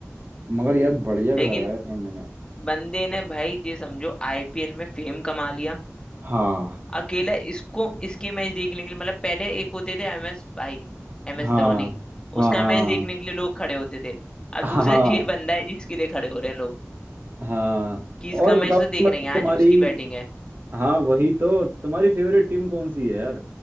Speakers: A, on the right (about 45°); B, on the left (about 15°).
A: मगर यार बढ़िया
B: लेकिन
A: घर है लौंडे ने
B: बंदे ने भाई ये समझो आईपीएल में फेम कमा लिया
A: हाँ
B: अकेला इसको इसके मैच देखने के लिए मतलब पहले एक होते थे एमएस भाई एमएस
A: हाँ
B: धोनी
A: हाँ
B: उसका
A: हाँ
B: मैच देखने के लिए लोग खड़े होते थे अब
A: हाँ
B: दूसरा <laughs> ये बंदा है जिसके लिए खड़े हो रहे हैं लोग
A: हाँ
B: कि इसका
A: और
B: मैच
A: बताओ
B: तो देखना
A: मतलब
B: ही है, आज
A: तुम्हारी
B: उसकी बैटिंग है
A: हाँ वही तो तुम्हारी फेवरेट टीम कौन सी है यार